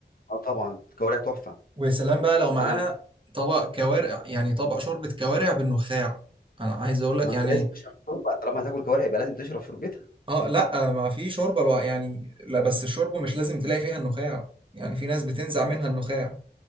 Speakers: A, on the left; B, on the right.
A: اه طبعا الكوارع تحفه
B: ويا سلام بقى لو معاها
A: انا م-
B: طبق كوارع يعني طبق شوربة كوارع بالنخاع انا عايز اقول لك
A: ما انت
B: يعني
A: لازم تشرب شوربه طالما هتاكل كوارع يبقى لازم تشرب شوربتها
B: اه لا ما في شوربة الو... يعني لا بس الشوربة مش لازم تلاقي فيها النخاع يعني في ناس بتنزع منها النخاع